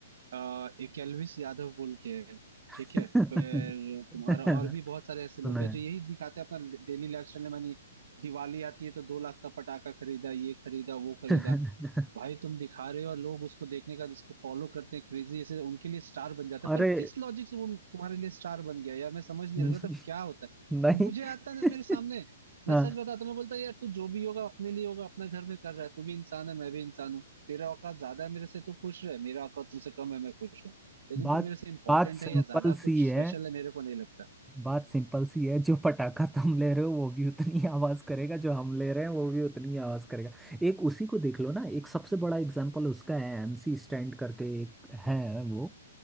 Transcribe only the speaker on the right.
आ, एक एल्विस यादव बोल के है,
ठीक है फिर तुम्हारा
और भी बहुत सारे ऐसे
लोग हैं जो यही दिखाते हैं अपना डेली लाइफ स्टाइल मैंने दिवाली आती है तो दो लाख का पटाखा खरीदा ये खरीदा वो खरीदा
भाई तुम दिखा रहे हो और लोग उसको देखने का इसको फॉलो करते हैं क्रेजी ऐसे उनके लिए स्टार बन जाता है
पर किस लॉजिक से वो तुम्हारे लिए स्टार बन गया यार मैं समझ नहीं
आ रहा था क्या होता है
मुझे आता ना
मेरे सामने मैं
सच बताता हूं, मैं बोलता यार तू जो भी होगा अपने लिए होगा अपना घर में कर रहा है तू भी इंसान है मैं भी इंसान हूँ तेरा औकात ज्यादा है मेरे से तू खुश रहे मेरा औकात तुमसे कम है मैं खुश हूँ लेकिन
तू मेरे से इंपॉर्टेंट
है या ज्यादा कुछ
स्पेशल है मेरे को नहीं लगता